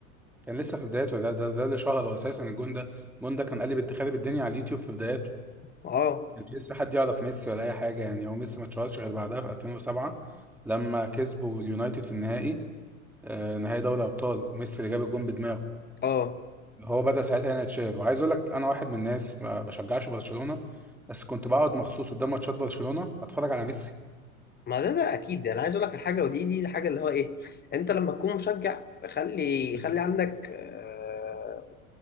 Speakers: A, in the centre; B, on the left.
A: كان لسه في بدايته ده ده, ده اللي شهره اساسا الجون ده الجون ده كان قلب خارب الدنيا على اليوتيوب في بدايته
B: اه
A: مش لسه حد يعرف ميسي ولا اي حاجه يعني هو ميسي ما اتشهرش غير بعدها في 2007 لما كسبوا اليونايتد في النهائي آه نهائي دوري ابطال وميسي اللي جاب الجون بدماغه
B: اه
A: هو بدأ ساعتها ينتشر وعايز اقول لك انا واحد من الناس ما بشجعش برشلونة بس كنت بقعد مخصوص قدام ماتشات برشلونة اتفرج على ميسي
B: ما ده ده اكيد يعني انا عايز اقول لك الحاجه ودي دي الحاجه اللي هو ايه انت لما تكون مشجع خلي
A: مم.
B: خلي عندك آه،